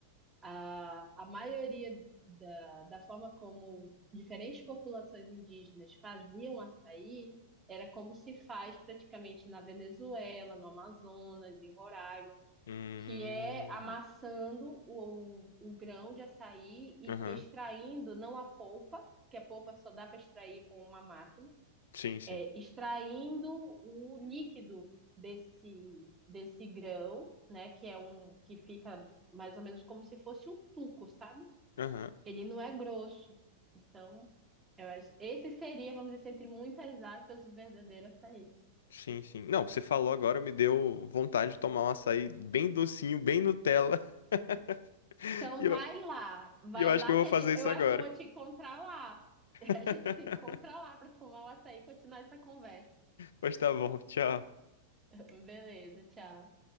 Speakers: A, on the right; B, on the left.
A: A, a maioria da, da forma como diferentes populações indígenas faziam açaí era como se faz praticamente na Venezuela, no Amazonas, em Roraima,
B: Hum.
A: que é amassando o, o grão de açaí e
B: Aham.
A: extraindo não a polpa, que a polpa só dá para extrair com uma máquina
B: Sim, sim.
A: é, extraindo o líquido desse, desse grão, né? Que é um que fica mais ou menos como se fosse um suco, sabe?
B: Aham.
A: Ele não é grosso. Então, eu acho, esse seria, vamos dizer, assim, entre muitas aspas, o verdadeiro açaí.
B: Sim, sim. Não, você falou agora, me deu vontade de tomar um açaí bem docinho, bem Nutella. <laughs>
A: Então,
B: E eu
A: vai lá, vai
B: E eu acho
A: lá
B: que eu vou
A: que
B: fazer
A: a gente,
B: isso
A: eu
B: agora.
A: acho que eu vou te encontrar lá.
B: <laughs>
A: <laughs> A gente se encontra lá para tomar o açaí e continuar essa conversa.
B: Pois tá bom, tchau.
A: Beleza, tchau.